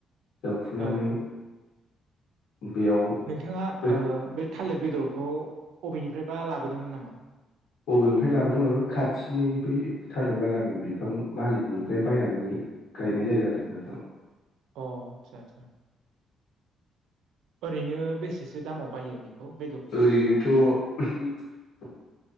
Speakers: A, on the left; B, on the right.
A: जावखुनानै
B: औ
A: बेयाव
B: नोंथांङा
A: बे
B: ओ बे थालिर बेदरखौ बबेनिफ्रायबा लाबोदोंमोन नामा?
A: बबेनिफ्राय लाबोदों माने खाथिनि बै थालेट बागान बिफां मालिकनिफ्राय बायनानै। गायनाय जादों आरो नोंथां।
B: अ आदसा आदसा ओरैनो बेसेसो दामाव बायो। बेखौ
A: ओरैनोथ'
B: बेदरखौ?